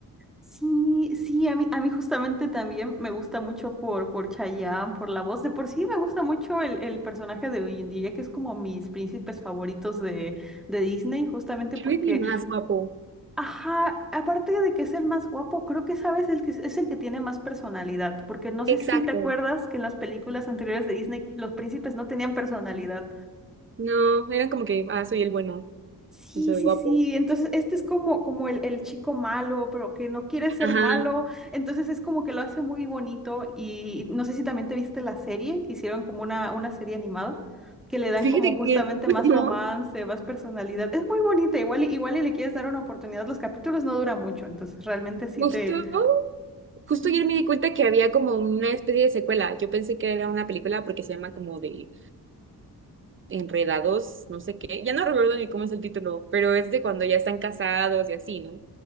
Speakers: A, in the centre; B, on the right.
A: Sí, sí, a mí, a mí justamente también me gusta mucho por, por Chayanne, por la voz. De por sí me gusta mucho el, el personaje de hoy en día, que es como mis príncipes favoritos de, de Disney, justamente porque,
B: Really más guapo.
A: ajá, aparte de que es el más guapo, creo que sabes el que es es el que tiene más personalidad, porque no sé
B: Exacto.
A: si te acuerdas que en las películas anteriores de Disney los príncipes no tenían personalidad.
B: No, eran como que, ah, soy el bueno
A: Sí,
B: y soy
A: sí,
B: guapo.
A: sí. Entonces, este es como, como el, el chico malo, pero que no quiere ser
B: Ajá.
A: malo. Entonces es como que lo hace muy bonito. Y no sé si también te viste la serie, que hicieron como una, una serie animada, que le dan
B: Fíjate
A: como justamente
B: que <laughs>
A: más
B: no,
A: romance, más personalidad. Es muy bonita, igual, y- igual y le quieres dar una oportunidad. Los capítulos no duran mucho, entonces realmente sí
B: justo,
A: te,
B: justo
A: sí,
B: ayer me di cuenta que había como una especie de secuela. Yo pensé que era una película porque se llama como de Enredados, no sé qué. Ya no recuerdo ni cómo es el título, pero es de cuando ya están casados y así, ¿no?